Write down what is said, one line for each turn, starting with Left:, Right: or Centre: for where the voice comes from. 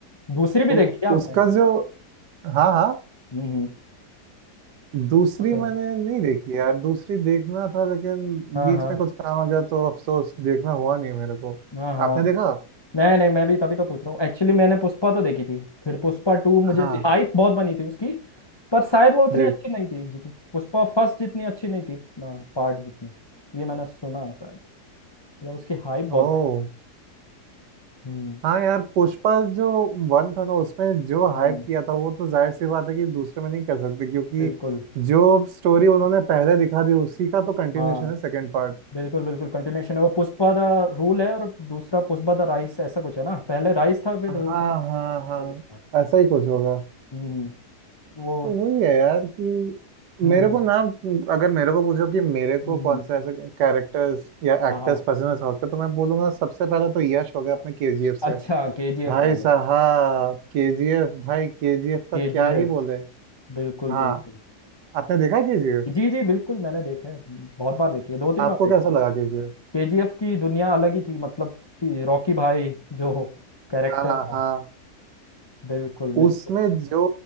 Left: दूसरी भी
Right: उ,
Left: देखी क्या आपने
Right: उसका जो हाँ हाँ
Left: हम्म हम्म, वो
Right: दूसरी
Left: तो
Right: मैंने
Left: है
Right: नहीं देखी यार दूसरी देखना था लेकिन
Left: हाँ
Right: बीच
Left: हाँ
Right: में कुछ काम आ गया तो अफसोस देखना हुआ नहीं मेरे को
Left: हाँ हाँ
Right: आपने देखा
Left: नहीं नहीं मैं भी तभी तो पूछ रहा हूँ एक्चुअली मैंने पुष्पा तो देखी थी फिर पुष्पा टू मुझे
Right: हाँ
Left: <laughs> हाइप बहुत बनी थी उसकी पर शायद वो उतनी
Right: जी
Left: अच्छी नहीं थी जित पुष्पा फर्स्ट जितनी अच्छी नहीं थी पार्ट जितनी ये मैंने सुना है शायद मतलब उसकी हाइप बहुत
Right: ओ
Left: बनी हम्म
Right: हाँ यार पुष्पा जो वन था ना उसमें जो
Left: हम्म,
Right: हाइप किया था वो तो जाहिर सी बात है कि दूसरे में नहीं कर सकते क्योंकि
Left: बिल्कुल
Right: जो स्टोरी उन्होंने पहले दिखा दी उसी का तो कंटिन्यूशन
Left: हाँ
Right: है सेकंड पार्ट
Left: बिल्कुल बिल्कुल कंटिन्यूशन है वो पुष्पा द रूल है और दूसरा पुष्पा द राइस ऐसा कुछ है ना पहले राइस था फिर
Right: हाँ
Left: रूल था
Right: हाँ
Left: ऐसा
Right: हाँ
Left: कुछ था
Right: ऐसा ही कुछ होगा
Left: हम्म वो
Right: तो वही है यार कि
Left: हम्म
Right: मेरे
Left: हम्म
Right: को ना अगर मेरे को पूछो कि मेरे को
Left: हम्म,
Right: कौन से ऐसे कैरेक्टर्स या
Left: हाँ
Right: एक्टर्स
Left: हाँ
Right: पसंद है साउथ का तो मैं बोलूंगा सबसे पहले तो यश हो गया अपने केजीएफ से
Left: अच्छा के जी
Right: भाई
Left: एफ वाले
Right: साहब केजीएफ भाई केजीएफ का
Left: के
Right: क्या
Left: जी एफ
Right: ही बोले
Left: बिल्कुल
Right: हाँ
Left: बिल्कुल
Right: आपने देखा केजीएफ
Left: जी जी बिल्कुल मैंने देखा है बहुत बार देखी है दो तीन
Right: आपको
Left: बार देखी
Right: कैसा लगा केजीएफ
Left: केजीएफ की दुनिया अलग ही थी मतलब कि रॉकी भाई जो कैरेक्टर
Right: हाँ
Left: था
Right: हाँ
Left: बिल्कुल मेरे
Right: उसमें
Left: को
Right: जो